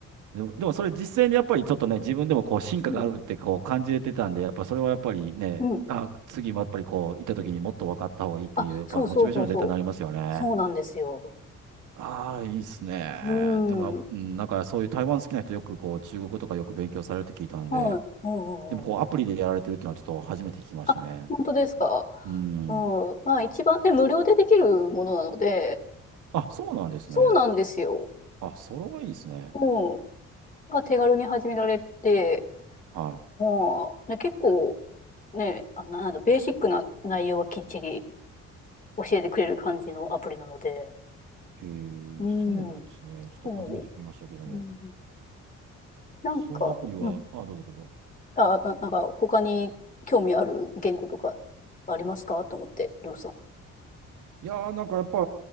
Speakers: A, on the right; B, on the left.
A: でも、でもそれ実践でやっぱりちょっとね、自分でもこう進化があるってこう感じれてたんで、
B: うん。
A: やっぱそれはやっぱりね、
B: うん。
A: あ、次もやっぱりこう、行った時にもっと分かった方がいいっていう、
B: あ、
A: やっぱりモチベーションに絶対なりますよね。
B: そうそうそうそう。そうなんですよ。
A: ああ、いいっすね。
B: う
A: でも、
B: ん。
A: うん、なんかそういう台湾好きな人よくこう、中国とかよく勉強されるって聞いたんで、
B: はい。うんうんうん。
A: でもこうアプリでやられてるっていうのはちょっと初めて聞きましたね。
B: あ、本当ですか。
A: うん。
B: うん。まあ一番ね、無料でできるものなので、
A: あ、そうなんですね。
B: そうなんですよ。
A: あ、それはいいですね。
B: うん。が手軽に始められて、
A: は
B: まあ、ね、結構、ね、あのなんだベーシックな内容はきっちり教えてくれる感じのアプリなので、
A: い。へえ、
B: うん、
A: そうなんですね。ちょっと初めて聞きましたけども。
B: そう、うんなんか、
A: そのアプリは、
B: うん、
A: あ、どうぞどうぞ。
B: あ、な、なんか他に興味ある言語とかありますかと思って、りょうさん。あ
A: いやー、なんかやっぱ、